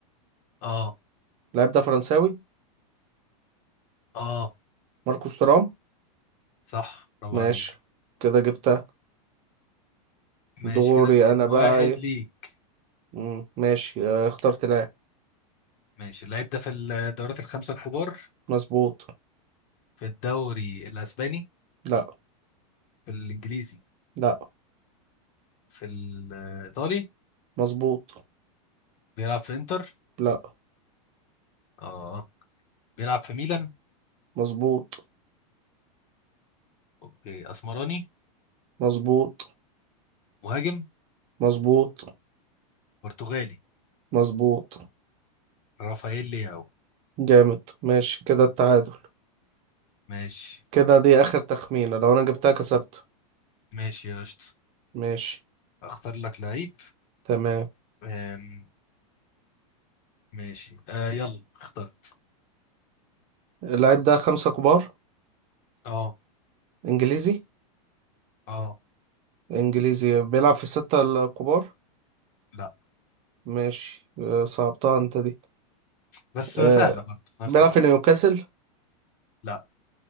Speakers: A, on the left; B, on the right.
A: اه
B: اللاعب ده فرنساوي
A: اه
B: ماركوس تورام
A: صح برافو
B: ماشي
A: عليك
B: كده جبتها
A: ماشي
B: دوري
A: كده اتنين
B: أنا بقى
A: واحد
B: إيه
A: ليك
B: مم. ماشي آه، اخترت لاعب
A: ماشي اللعيب ده في الدوريات الخمسة الكبار
B: مظبوط
A: في الدوري الاسباني
B: لا
A: في الانجليزي
B: لا
A: في الايطالي
B: مظبوط
A: بيلعب في انتر
B: لا
A: اه بيلعب في ميلان
B: مظبوط
A: اوكي اسمراني
B: مظبوط
A: مهاجم
B: مظبوط
A: برتغالي
B: مظبوط
A: رافائيل لياو
B: جامد ماشي كده التعادل
A: ماشي
B: كده دي آخر تخمينة لو أنا جبتها كسبته
A: ماشي يا قشطة
B: ماشي
A: اختار لك لعيب
B: تمام
A: أم، ماشي آه يلا اخترت
B: اللعيب ده خمسة كبار
A: اه
B: إنجليزي
A: اه
B: إنجليزي بيلعب في الستة الكبار
A: لا
B: ماشي آه، صعبتها أنت دي
A: بس
B: آه،
A: سهلة برضه في
B: بيلعب
A: نفس الوقت
B: في نيوكاسل
A: لا